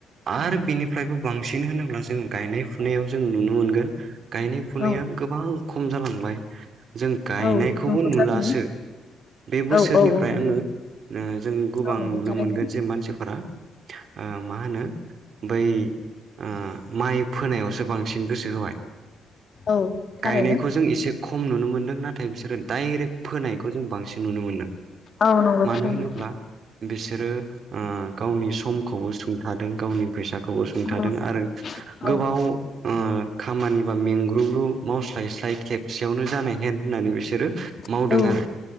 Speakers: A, on the right; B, on the left.
A: आरो बिनिफ्रायबो बांसिन होनोब्ला जों गायनाय फुनायाव जों नुनो मोनगोन गायनाय फुनाया
B: औ
A: गोबां खम जालांबाय जों गायनायखौबो
B: औ नंगौ
A: नुलासो
B: थारैनो
A: बे बोसोरनिफ्राय
B: औ औ नंगौ
A: आङो ओ जों गोबां
B: औ नंगौ
A: नुनो
B: थारैनो
A: मोनगोन जे मानसिफोरा ओ मा होनो बै ओ माइ फोनायावसो बांसिन गोसो होबाय
B: औ थारैनो
A: गायनायखौ जों इसे खम नुनो मोनदों ना थाय बिसोरो डाइरेक्ट फोनायखौ जों बांसिन नुनो मोनदों
B: औ नंगौ
A: मानो
B: थारैनो
A: होनोब्ला बिसोरो ओ गावनि समखौबो सुंथादों गावनि फैसा खौबो सुंथादों
B: औ
A: आरो
B: औ
A: गोबाव अ खामानिबा मेंग्रुग्रु मावस्लायस्लाय खेबसेयावनो जानाय हेन होननानै बिस सोरो
B: औ
A: मावदों आरो